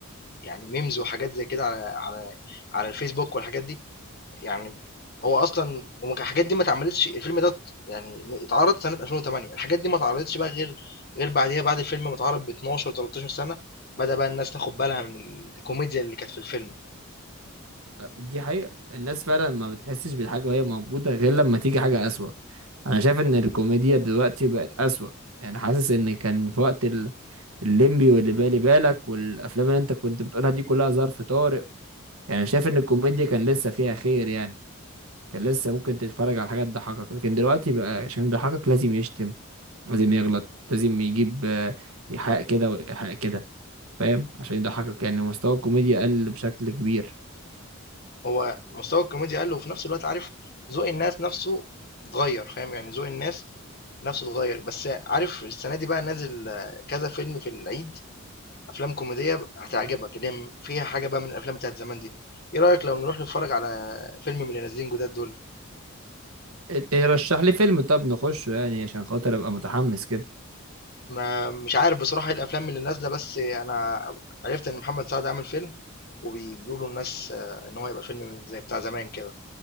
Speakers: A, on the left; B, on the right.
A: يعني ميمز وحاجات زي كده على على على الفيسبوك والحاجات دي يعني هو أصلًا وما كان الحاجات دي ما اتعملتش الفيلم ده ات يعني اتعرض سنة 2008 الحاجات دي ما اتعرضتش بقى غير غير بعديها بعد الفيلم ما اتعرض ب12 13 سنة، بدأ بقى الناس تاخد بالها من الكوميديا اللي كانت في الفيلم،
B: دي حقيقة الناس فعلا ما بتحسش بالحاجة وهي موجودة غير لما تيجي حاجة أسوأ أنا شايف إن الكوميديا دلوقتي بقت أسوأ يعني حاسس إن كان في وقت ال- الليمبي واللي بالي بالك والأفلام اللي أنت كنت بتقولها دي كلها ظرف طارئ يعني شايف إن الكوميديا كان لسه فيها خير يعني كان لسه ممكن تتفرج على حاجة تضحكك لكن دلوقتي بقى عشان يضحكك لازم يشتم لازم يغلط لازم يجيب آه، إيحاء كده وإيحاء كده فاهم عشان يضحكك يعني مستوى الكوميديا قل بشكل كبير
A: هو مستوى الكوميديا قَل وفي نفس الوقت عارف ذوق الناس نفسه اتغيّر فاهم، يعني ذوق الناس نفسه اتغيّر، بس عارف السنة دي بقى نازل آه، كذا فيلم في العيد، أفلام كوميدية هتعجبك اللي هي م فيها حاجة بقى من الأفلام بتاعة زمان دي، إيه رأيك لو نروح نتفرج على فيلم من اللي نازلين جداد دول؟
B: إيه، رشح لي فيلم طب نخشه يعني عشان خاطر ابقى متحمس كده
A: ما مش عارف بصراحة ايه الافلام اللي نازلة بس انا عرفت ان محمد سعد عامل فيلم وبيقولوا الناس آه، ان هو يبقى فيلم زي بتاع زمان كده